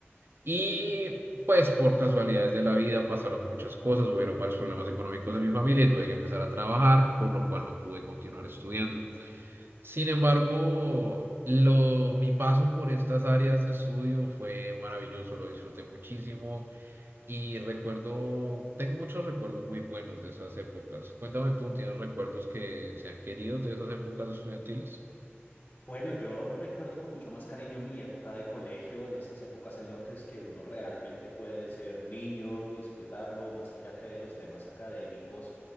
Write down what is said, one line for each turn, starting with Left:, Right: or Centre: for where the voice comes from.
Right: Y pues por casualidades de la vida pasaron muchas cosas, hubieron varios problemas económicos en mi familia y tuve que empezar a trabajar, por lo cual no pude continuar estudiando. Sin embargo, lo, mi paso por estas áreas de estudio fue maravilloso, lo disfruté muchísimo y recuerdo, tengo muchos recuerdos muy buenos de esas épocas. Cuéntame tú, ¿tienes recuerdos que sean queridos de esas épocas estudiantiles?
Left: Bueno, yo recuerdo con mucho más cariño mi época de colegio, en esas épocas en las que es que uno realmente puede ser niño, disfrutarlo, más allá que de los temas académicos,